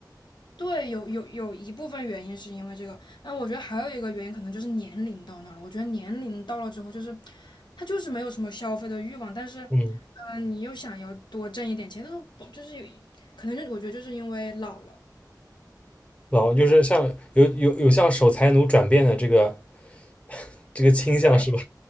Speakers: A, on the left; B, on the left.
A: 对，有有有一部分原因是因为这个，那我觉得还有一个原因可能就是年龄到那儿了。我觉得年龄到了之后，就是他就是没有什么消费的欲望，但是，
B: 嗯，
A: 嗯，你又想要多挣一点钱，但是不就是有一可能就我觉得就是因为老了。
B: 老就是像有有有向守财奴转变的这个 <laughs> 这个倾向是吧？
A: 对